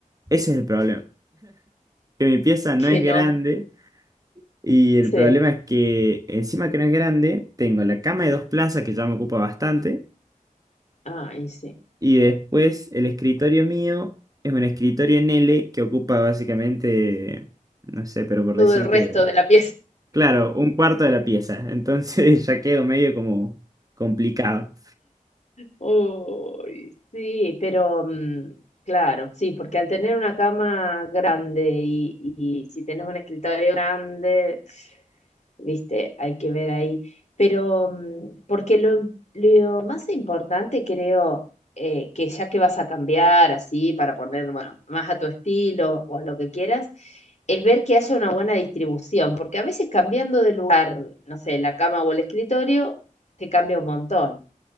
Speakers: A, on the right (about 25°); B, on the left (about 55°).
A: Ese es el problema, que mi pieza no
B: Que
A: es
B: no,
A: grande. Y el
B: sí,
A: problema es que encima que no es grande, tengo la cama de dos plazas que ya me ocupa bastante.
B: ay, sí.
A: Y después el escritorio mío es un escritorio en L que ocupa básicamente, no sé, pero por
B: Todo
A: decirte,
B: el resto de la pieza.
A: claro, un cuarto de la pieza. Entonces <laughs> ya quedo medio como complicado.
B: Uy, sí, pero mm, claro, sí, porque al tener una cama grande y, y si tenés un escritorio grande, viste, hay que ver ahí. Pero mm, porque lo, lo más importante creo eh, que ya que vas a cambiar así para poner bueno, más a tu estilo o a lo que quieras, es ver que haya una buena distribución, porque a veces cambiando de lugar, no sé, la cama o el escritorio, te cambia un montón.